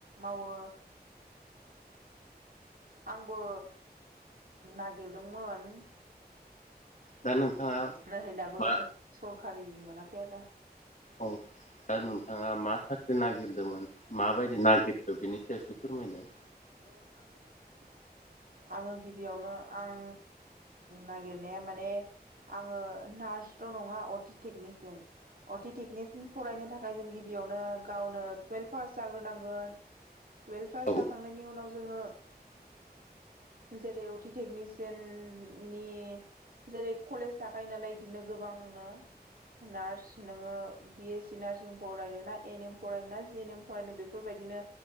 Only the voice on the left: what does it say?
औ दा नोंथाङा
मा
औ दा नोंथाङा मा साख्रि नागिरदोंमोन? माबायदि नागिरदो बिनि सायावसो फोरमायदो।
औ